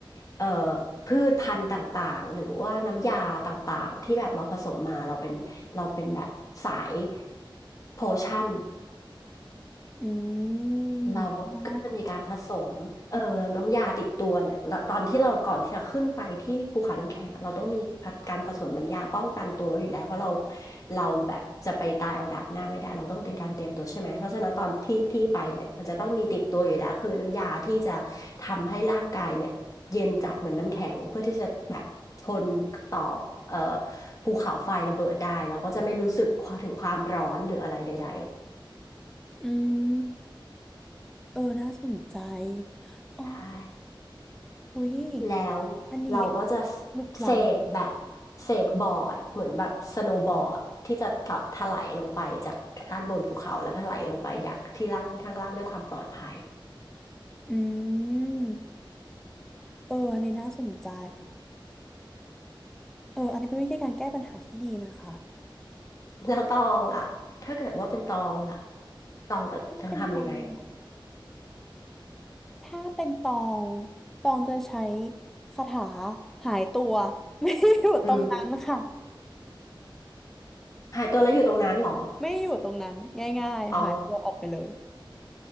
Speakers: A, on the left; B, in the centre.
A: เอ่อพืชพันธุ์ต่างๆหรือว่าน้ำยาต่างๆที่แบบเราผสมมาเราเป็นเราเป็นแบบสายโพชั่น
B: อืมอ๋อ
A: เราก็จะมีการผสมเออน้ำยาติดตัวเนี่ยแล้วตอนที่เราก่อนที่จะขึ้นไปที่ภูเขาน้ำแข็งอะเราต้องมีการผสมน้ำยาป้องกันตัวไว้อยู่แล้วเพราะเราเราแบบจะไปตายเอาดาบหน้าไม่ได้เราต้องเป็นการเตรียมตัวใช่ไหมเพราะฉะนั้นตอนที่พี่ไปเนี่ยมันจะต้องมีติดตัวอยู่แล้วคือน้ำยาที่จะทำให้ร่างกายเนี่ยเย็นจัดเหมือนน้ำแข็งเพื่อที่จะแบบทนต่อเอ่อภูเขาไฟระเบิดได้เราก็จะไม่รู้สึกถึงความร้อนหรืออะไรใด
B: อืมเออน่าสนใจ
A: ๆใช่
B: อ๋ออุ้ย
A: แล้ว
B: อันนี้
A: เราก็จะ
B: ลึกล้
A: เสกแบบเสกบอร์ดเหมือนแบบสโนว์บอร์ดที่จะถถลายลงไปจากด้านบนภูเขาแล้วก็ถลายลงไปอย่างที่ล่างข้างล่างด้วยความปลอดภัย
B: ำอืมเอออันนี้น่าสนใจเอออันนี้เป็นวิธีการแก้ปัญหาที่ดีนะคะ
A: แล้วตองล่ะถ้าเกิดว่าเป็นตองล่ะตองจะยังทำยังไง
B: ถ้าเป็นฟองเหรอ ถ้าเป็นตองตองจะใช้คาถาหายตัว <laughs> ไม่อยู่ตรงนั้นค่ะ
A: อืมหายตัวแล้วอยู่ตรงนั้นเหรอ
B: ไม่อยู่ตรงนั้นง่ายๆหายตัวออกไปเลย
A: อ๋อ